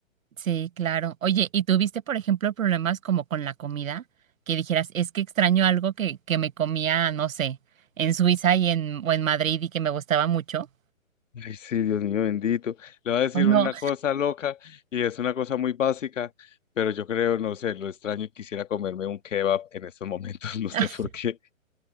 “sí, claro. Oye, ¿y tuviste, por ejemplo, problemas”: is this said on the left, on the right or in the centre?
Right